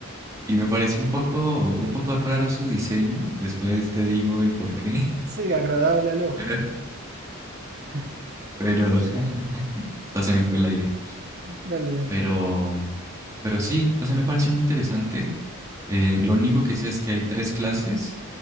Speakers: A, on the right; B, on the right.
A: Y me parece un poco, un poco raro su diseño. Después te digo el por qué. <laughs>
B: sí, agradable al ojo.
A: Pero,
B: <laughs>
A: pero <laughs> hasta se me fue el aire.
B: Dale, dale.
A: Pero, pero sí, o sea, me parece muy interesante. Eh, lo único que sé es que hay tres clases